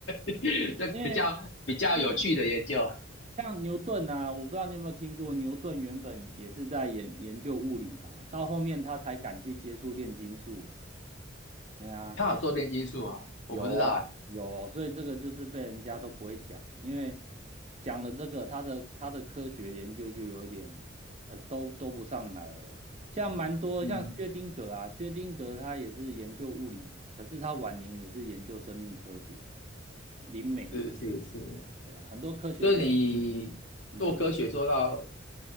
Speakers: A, on the left (about 75°); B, on the right (about 35°).
A: <laughs> 这比较比较有趣的研究。
B: 因为嗯，像牛顿啊，我不知道你有没有听过，牛顿原本也是在研研究物理吧，到后面他才敢去接触炼金术，哎呀。
A: 他有做炼金术啊，
B: 有哦有哦，
A: 我不知道哎、
B: 所以这个就是被人家都不会讲，因为讲了这个，他的他的科学研究就有一点呃，都都不上来了。像蛮多像薛丁格啊，
A: 嗯，
B: 薛丁格他也是研究物理嘛，可是他晚年也是研究生命科学、林媒之类的。
A: 是是是，
B: 对啊，很多科学家，
A: 就是你做科学做到
B: 嗯